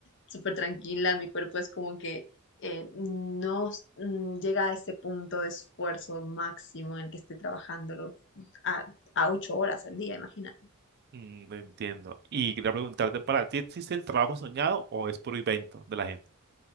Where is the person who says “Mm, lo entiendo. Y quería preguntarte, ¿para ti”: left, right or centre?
Right